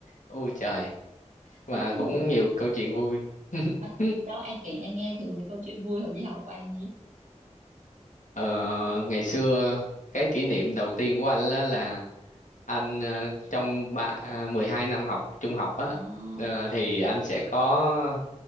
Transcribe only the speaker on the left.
ôi trời
mà
cũng
nhiều câu chuyện vui <laughs>
Ờ, ngày xưa cái kỷ niệm đầu tiên của anh là, là anh ờ, trong ba à, 12 năm học trung học á
ờ, thì anh sẽ có